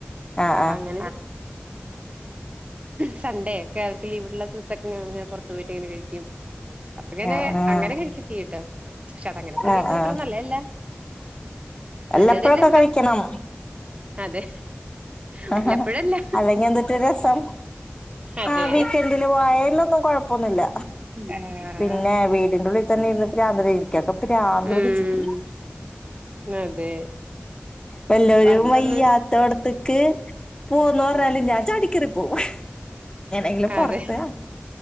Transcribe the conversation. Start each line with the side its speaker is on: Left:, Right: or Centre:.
Left: ആഹ്
Right: അപ്പ <unintelligible> സഡേ ഒക്കെ അവർക്ക് ലീവുള്ള ദിവസൊക്കെ ഞങ്ങളിങ്ങനെ പുറത്തക്കെ പോയിട്ട് ഇങ്ങനെ കഴിക്കും <unintelligible> അപ്പ ഇങ്ങനെ
Left: ആഹ് ആഹ്
Right: അങ്ങനെ കഴിക്കത്തില്ലാട്ടോ പക്ഷെ അത അങ്ങനെ പോയി
Left: ആഹ്
Right: കഴിക്കണ
Left: ആഹ്
Right: അത്ര നല്ലതല്ല
Left: വല്ലപ്പോഴൊക്കെ
Right: നല്ലതൊരു രസം
Left: കഴിക്കണം
Right: അതെ വല്ലപ്പോഴല്ല
Left: ആഹ് അല്ലെങ്കിൽ എന്തട്ട് രസം
Right: അതെ
Left: ആഹ് വീക്കൻഡില് പോയലൊന്നും കൊഴപ്പൊന്നുമില്ല
Right: ആഹ്
Left: പിന്നെ വീ വറെ ഉള്ളിൽ തന്നെ ഇരുന്ന അഹ് ഇരിക്കക്കെ പ്രാന്ത്
Right: ഉം
Left: പിടിച്ചിട്ട്
Right: അതെ
Left: വല്ലറും
Right: വർക്കൊന്നും
Left: വയ്യ ഇടത്തക്ക് പോകാന്ന് പറഞ്ഞാലും ഞാൻ ചടിക്കേറി പോകും എങ്കും
Right: അതെ
Left: പൊറത്ത്